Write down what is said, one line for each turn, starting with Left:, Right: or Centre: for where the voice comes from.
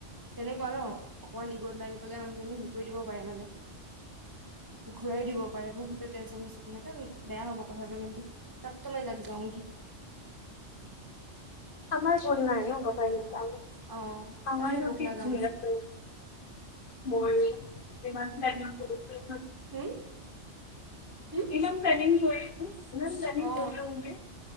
Right: তেনেকুৱা ন অকণমান ইগত লাগি পেলাই মানুহজনী সেই কৰি দিব পাৰে মানে ঘূৰাই দিব পাৰে মোক সেইটো টেনশচন হৈছে তেনেকে বেয়া হ'ব কথাটো কিন্তু তাতটো মই লাগ যাওঁ
Left: আমাৰ ভুল নাই ন বাব
Right: অ
Left: আমাৰ
Right: তব মই
Left: নোঁ
Right: বখলা
Left: কি
Right: যাওঁগি
Left: ভূল আছে মই ইমান <inaudible> ইমান প্লানিং কৰি
Right: হুম কি
Left: ইমান প্লেনিং
Right: অ
Left: কৰিলো নি